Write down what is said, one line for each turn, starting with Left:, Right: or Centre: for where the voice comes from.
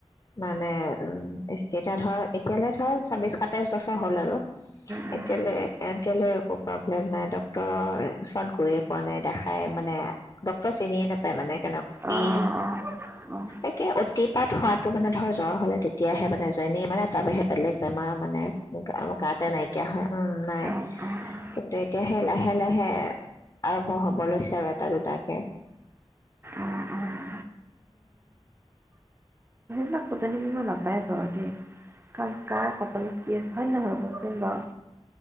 Left: মানে উম এতিয়া ধৰ এতিয়ালৈ ধৰ ছাব্বিশ সাতাইশ বছৰ হল আৰু
Right: উম,
Left: এতিয়ালৈ এতিয়ালৈ প্ৰব্লেম নাই ডক্তৰৰ ওচৰত গৈয়ে পোৱা নাই দেখাই মানে ডক্তৰ চিনিয়ে নোপায় মানে কেনেক কি
Right: অঁ, অঁ, অঁ,
Left: একে অতিপাত হোৱাটো মানে ধৰ জ্বৰ হলে তেতিয়াহে মানে যেনেই মানে তাৰ বাহি বেলেগ বেমাৰ মানে গাতে নাই কিয়া হয় উম নাই
Right: অঁ, অঁ,
Left: কিন্তু এতিয়াহে লাহে লাহে আৰম্ভ হব লৈছে আৰু এটা দুটাকে উম
Right: অঁ, অঁ কাক কতন নিব নাপায় ঘগে কাৰণ কা কপালত কি আছে হয়ে নহয় কচোন বাৰু